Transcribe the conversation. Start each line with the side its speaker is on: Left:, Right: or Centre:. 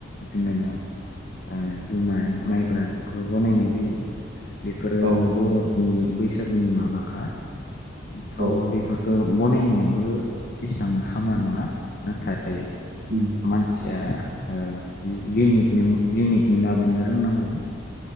Left: जोङो ओ जुमाइ माइब्रा बेफोरखौ बनायनाय जायो बेफोरो
Right: औ
Left: बर'नि बैसागुनि माबाखा थ
Right: औ
Left: बेफोरखो बनायनाबो एसां हामा नङा नाथाय
Right: उम
Left: मानसिया ओ लिमिटनो-लिमिटनि माबानो रोंनांगौ।